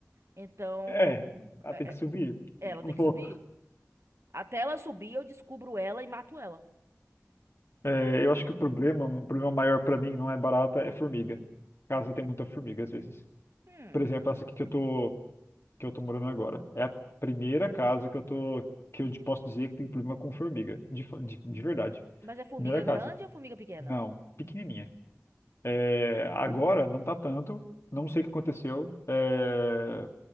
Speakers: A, on the right; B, on the left.
A: Então,
B: É, ela
A: é-
B: tem que
A: é-
B: subir
A: ela
B: um
A: tem
B: pouco.
A: que subir. Até ela subir, eu descubro ela e mato ela.
B: É, eu acho que o problema, um problema maior pra mim não é barata, é formiga. Casa tem muita formiga às vezes.
A: Hum,
B: Por exemplo, essa aqui que eu tô que eu tô morando agora. É a primeira casa que eu tô que eu posso dizer que tem problema com formiga, de, fa- de, de verdade.
A: mas é formiga
B: Primeira casa.
A: grande ou formiga pequena?
B: Não, pequenininha. É, agora não tá tanto, não sei o que aconteceu. É,